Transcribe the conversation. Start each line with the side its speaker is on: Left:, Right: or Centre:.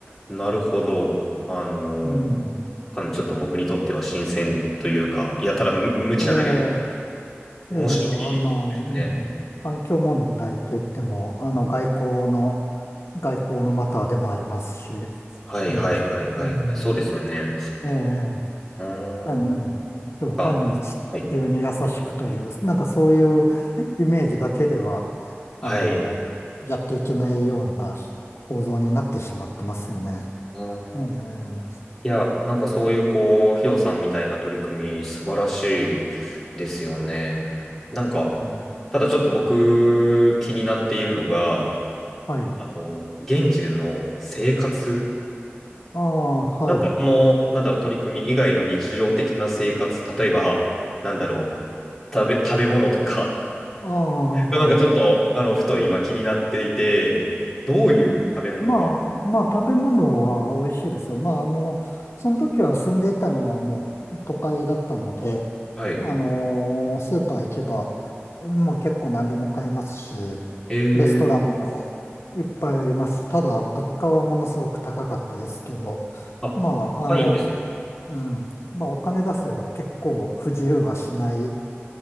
Centre: なるほど、あの、
Left: うん。
Centre: かなりちょっと僕にとっては新鮮というか、いや、ただ無無知なだけで
Left: ええ、
Centre: 面白いですね。
Left: いやいや、あの、うん、環境問題といっても、あの、外交の、外交のマターでもありますし、
Centre: はいはいはいはいはいはい、
Left: うん、うん、
Centre: そうですよね。
Left: ええ、
Centre: うーん、
Left: あうん、
Centre: なん
Left: ちょっと単に地球に優しくという、
Centre: か、はい。
Left: なんかそういうイメージだけでは、
Centre: はい。
Left: あの、やっていけないような構造になってしまってますよね。
Centre: うん
Left: ええ、
Centre: いや、なんかそういうこう、ヒロさんみたいな取り組み素晴らしいですよね。なんか、
Left: うん、
Centre: ただちょっと僕気になっているのが、
Left: はい。
Centre: あの、現地での生活
Left: ああ、はい。
Centre: なんかその、なんだろう、取り組み以外の日常的な生活、例えば、なんだろう、食べ、食べ物とか
Left: ああ、
Centre: <laughs>
Left: はい。
Centre: なんかちょっと、あの、ふと今気になっていて、どういう食べ物が
Left: うん。まあ、まあ、食べ物は美味しいですよ。まあ、あの、その時は住んでいたのはもう都会だったので、
Centre: はい。
Left: あのスーパー行けば、もう結構何でも買えますし、
Centre: えー、
Left: レストランもいっぱいありますし、ただ物価はものすごく高かったですけど、
Centre: あ、
Left: まあ、
Centre: 高いんですね。
Left: あの、うん、まあ、お金出せば結構不自由はしない、